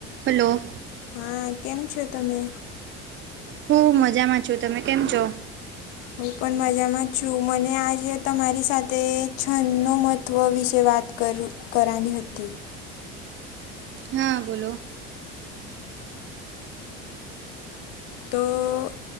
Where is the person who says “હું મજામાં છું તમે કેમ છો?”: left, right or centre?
Right